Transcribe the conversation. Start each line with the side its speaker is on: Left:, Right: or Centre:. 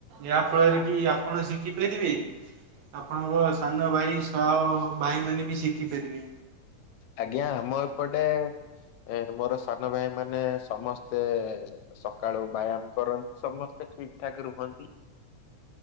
Right: ଏହା ଫଳରେ କି ଆପଣ ଶିଖି। ପାରିବେ ଆପଣଙ୍କ ସାନ ଭାଇ ସହ ଭାଇ ମାନେ ବି ଶିଖି ପାରିବେ।
Left: ଆଜ୍ଞା ଆମ ଏପଟେ ଏ ମୋର ସାନ ଭାଇ ମାନେ ସମସ୍ ସ୍ତେ ସକାଳୁ ବ୍ୟାୟାମ କରନ୍ତି ସମସ୍ତେ ଠିକ ଠାକ ରୁହନ୍ତି।